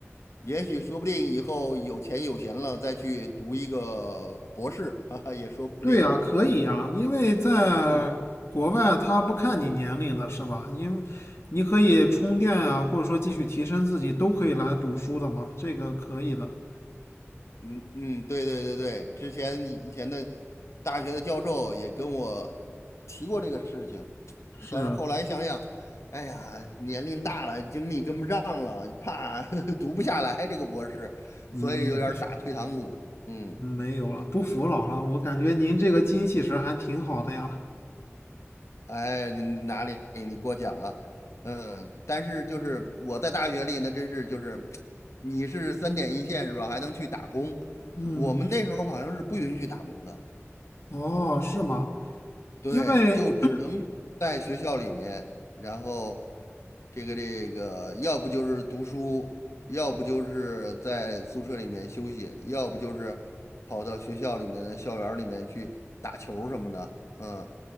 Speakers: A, on the left; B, on the left.
A: 也许说不定以后有钱有闲了，再去读一个博士，<laughs> 哈哈，也说不定。
B: 对呀，可以呀，因为在国外他不看你年龄的是吧？
A: 嗯
B: 因为你可以充电啊，或者说继续提升自己，都可以来读书的嘛，这个可以的。
A: 嗯嗯，对对对对，之前以前的大学的教授也跟我提过这个事情，
B: 是，
A: 但是后来想想，哎呀，年龄大了，精力跟不上了，怕 <laughs> 读不下来这个博士，
B: 嗯，
A: 所以有点儿打退堂鼓。嗯，
B: 嗯没有了，不服老了，我感觉您这个精气神儿还挺好的呀。
A: 哎，你你哪里你过奖了？嗯，但是就是我在大学里那真是就是，你是三点一线是吧？还能去打工，
B: 嗯，
A: 我们那时候好像是不允许打工的。
B: 哦，是吗？
A: 对，
B: 因为，
A: 就只能在学校里面，然后这个这个，要不就是读书，要不就是在宿舍里面休息，要不就是跑到学校里面的校园儿里面去打球儿什么的。嗯，